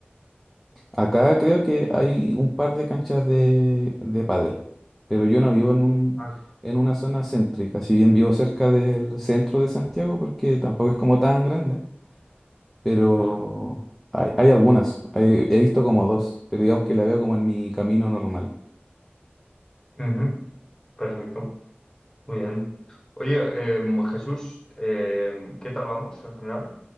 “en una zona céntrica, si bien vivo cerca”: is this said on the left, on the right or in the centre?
Centre